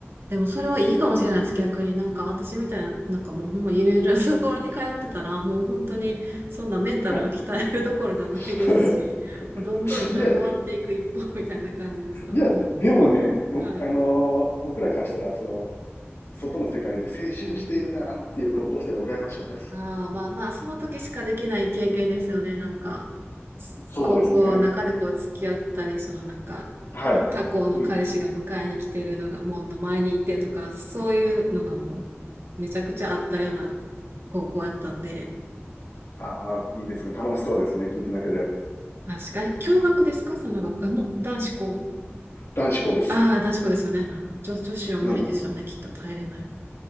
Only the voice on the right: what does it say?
でもそれはいいかもしれないです。
逆になんか私みたいな、なんかもうほんまゆるゆるな <laughs> ところに通ってたら、もう本当にそんなメンタルを鍛えるどころじゃないですし、
もうどんどん多分弱っていく一方
<laughs> みたいな感じですよ。
も
う、はい。
うん。ああ、まあまあ、その時しかできない経験ですよね。なんか、
高校の中でこう付き合ったり、そのなんか、
他校の彼氏が迎えに来てるのが門の前にいてとか、
そういうのがもうめちゃくちゃあったような高校やったんで、
確かに。共学ですかその学科も。男子校。
ああ、男子校ですよね。あ女、女子は無理ですよね。
きっと耐えれない。